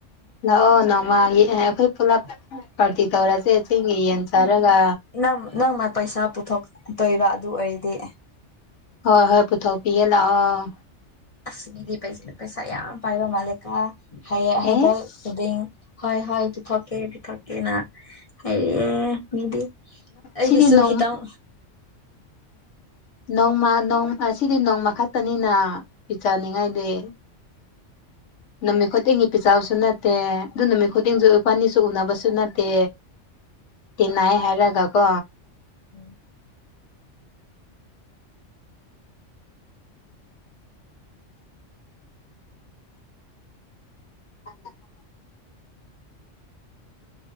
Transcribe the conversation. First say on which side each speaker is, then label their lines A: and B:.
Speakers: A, on the left; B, on the left.
A: ꯂꯥꯛꯑꯣ ꯅꯣꯡꯃ ꯌꯦꯑꯦ ꯑꯩꯈꯣꯏ ꯄꯨꯂꯞ ꯄꯥꯔꯇꯤ ꯇꯧꯔꯁꯦ ꯆꯤꯡꯒꯤ ꯌꯦꯟ ꯆꯥꯔꯒ
B: ꯅꯪ ꯅꯪꯅ ꯄꯩꯁꯥ ꯄꯨꯊꯣꯛꯇꯣꯏꯔ ꯑꯗꯨ ꯑꯣꯏꯔꯗꯤ
A: ꯍꯣꯏ ꯍꯣꯏ ꯄꯨꯊꯣꯛꯄꯤꯒꯦ ꯂꯥꯛꯑꯣ
B: ꯑꯁ ꯃꯤꯗꯤ ꯄꯩꯁꯥ ꯄꯩꯁꯥ ꯌꯥꯝ ꯄꯥꯏꯕ ꯃꯥꯜꯂꯦꯀꯣ ꯍꯌꯦꯡ ꯍꯩꯗ
A: ꯑꯦꯁ
B: ꯈꯨꯗꯤꯡ ꯍꯣꯏ ꯍꯣꯏ ꯄꯤꯊꯣꯛꯀꯦ ꯄꯤꯊꯣꯛꯀꯦꯅ ꯍꯥꯏꯔꯛꯑꯦ ꯃꯤꯗꯤ ꯑꯩꯒꯤꯁꯨ
A: ꯁꯤꯗꯤ ꯅꯣꯡ
B: ꯈꯤꯇꯪ
A: ꯅꯣꯡꯃ ꯅꯣꯡꯃ ꯑꯁꯤꯗꯤ ꯅꯣꯡꯃꯥ ꯈꯛꯇꯅꯤꯅ ꯄꯤꯖꯅꯤꯡꯉꯥꯏꯗꯤ ꯅꯨꯃꯤꯠ ꯈꯨꯗꯤꯡꯒꯤ ꯄꯤꯖꯕꯁꯨ ꯅꯠꯇꯦ ꯑꯗꯨ ꯅꯨꯃꯤꯠ ꯈꯨꯗꯤꯡꯁꯨ ꯏꯕꯥꯅꯤꯁꯨ ꯎꯅꯕꯁꯨ ꯅꯠꯇꯦ ꯇꯤꯟꯅꯩ ꯍꯥꯏꯔꯒ ꯀꯣ
B: ꯎꯝ
A: <inaudible>